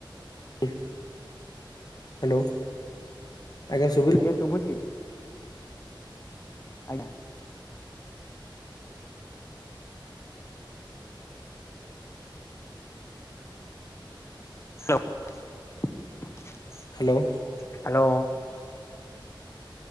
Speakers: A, on the left; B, on the left.
A: ହି। ହ୍ୟାଲୋ ଆଜ୍ଞା ସା
B: ଆଜ୍ଞା ଶୁବୁଚି। ଆଜ୍ଞା। ହ୍ୟାଲୋ।
A: ହ୍ୟାଲୋ।
B: ହ୍ୟାଲୋ।